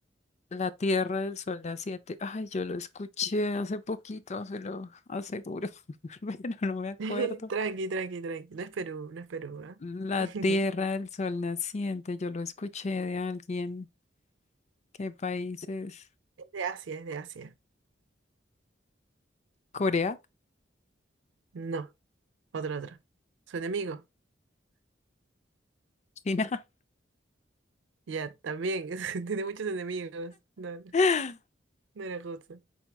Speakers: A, on the left; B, on the right.
A: la Tierra del Sol las siete. Ay, yo lo escuché hace poquito, se lo aseguro, <laughs> pero no me acuerdo.
B: <laughs> Tranqui, tranqui, tranqui. No es Perú, no es Perú, ¿ah?
A: La Tierra
B: <laughs>
A: del Sol Naciente, yo lo escuché de alguien. ¿Qué país es?
B: Es de Asia, es de Asia.
A: ¿Corea?
B: No, otro, otro. Su enemigo.
A: ¿China?
B: Ya, también. <laughs> Tiene muchos enemigos. No, no
A: <laughs>
B: no era justo.